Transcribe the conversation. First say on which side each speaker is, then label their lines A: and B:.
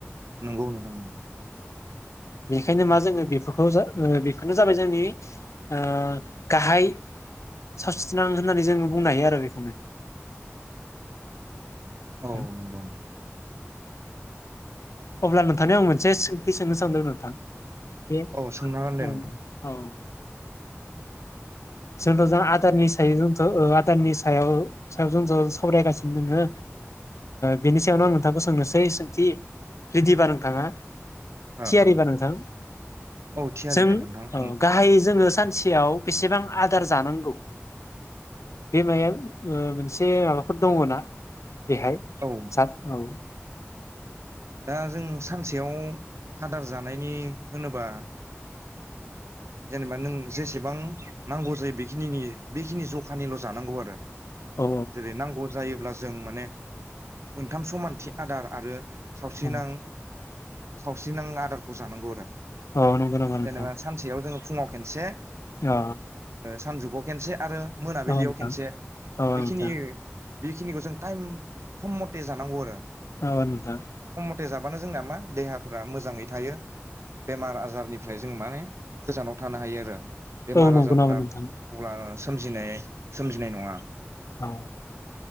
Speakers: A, on the right (about 70°); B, on the left (about 85°).
A: नंगौ नोंदां नोंगौ।
B: बेखायनो मा जोङो बेफोरखौ बेफोरनो जाबाय जोंनि ओ गाहाय सावस्रिनां होननानै जोङो बुंनो हायो आरो बेखौनो नोंथां
A: औ नंगौ नोंथां।
B: अब्ला नोंथांनिाव आं मोनसे सोंनो सानदों नोंथां। बे
A: औ सोंना हागोनदे
B: औ
A: नोंथां
B: औ जोंथ' जों आदारनिसायाव जोंथ' भुटाननि सायाव सायाव जों ज' सावरायगासिनो दोङो बेनि सायावनो आं नोंथांखौ सोंनोसै सोंथि रेदिबा नोंथाङा?
A: ओ
B: थियारिबा
A: ओ
B: नोंथां
A: औ थियारि
B: जों
A: दे नोंथां
B: औ
A: सों
B: गाहाय जोङो सानसेयाव बेसेबां आदार जानांगौ बे माया मोनसे माबाफोर दङ ना? बेहाय
A: औ
B: जाद औ
A: दा जों सानसेयाव आदार जानायनि होनोबा जेनेबा नों जेसेबां नांगौ जायो बेखिनिनि बेखिनि जखानिल' जानांगौ आरो।
B: औ
A: जेरै नांगौ जायोब्ला जों माने मोनथाम समानथि आदार आरो सावस्रिनां
B: औ
A: सावस्रि नां आदारखौ जानांगौ आरो।
B: औ नंगौ नंगौ नोंथाङ।
A: जेनेबा सानसेयाव जोङो फुङाव खनसे
B: अ
A: सानजुआव खनसे आरो मोनाबिलियाव
B: औ नोंथां
A: खनसे
B: औ
A: बेखिनि
B: नोंथां
A: बेखिनिखौ जों टाइम सम मथे जानांगौ आरो।
B: औ नोंथाङ।
A: फथे जाबानो जोंना मा देहाफोरा मोजाङै थायो बेमार आजारनिफ्राय जों माने गोजानाव थानो हायो आरो। बेमार
B: औ नंगौ
A: आजारफ्रा
B: नामा नोंथां
A: अब्ला सोमजिनाय सोमजिनाय नङा।
B: औ